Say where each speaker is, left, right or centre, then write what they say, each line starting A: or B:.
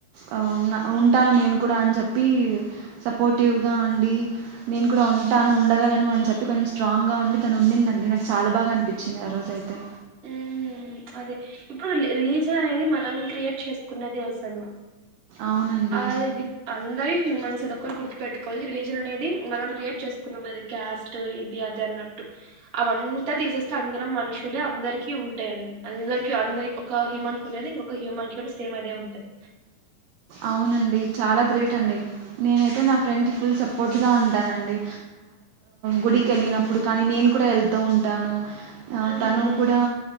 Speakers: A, on the right; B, on the right.
A: ఆ ఉ ఉంటాను నేను కూడా అని చెప్పి సపోర్టివ్గా ఉండి నేను కూడా ఉంటాను. ఉండగలను అని చెప్పి కొంచెం స్ట్రాంగ్గా ఉండి. తను ఉండిందండి. నాకు చాలా బాగా అనిపించింది. ఆ రోజైతే
B: ఉహ్ అదే ఇప్పుడు రిలీజిన్ అనేది మనం క్రియేట్ చేసుకున్నది. అసలు
A: అవునండి
B: ఆ వి అందరి హ్యూమన్స్ గుర్తుపెట్టుకోవాలి రిలీజన్ అనేది మనం క్రియేట్ చేసుకున్నాం అది క్యాస్ట్ ఇది అది అన్నట్టు అవంతా తీసేస్తే అందరం మనుషు ఇలా అందరికీ ఉంటాయండి అందరికీ అందరి ఒక హ్యూమన్ కునేది ఇంకొక హ్యూమాన్ కి కూడా సేమ్ అదే ఉంటాది
A: అవునండి చాలా గ్రేట్ అండి నేన అయితే నా ఫ్రెండ్కి ఫుల్ సపోర్ పోటీగా ఉంటానండి గుడికి వెళ్ళినప్పుడు కానీ నేను కూడా వెళ్తూ ఉంటాను ఆ
B: ఉహు
A: తను కూడా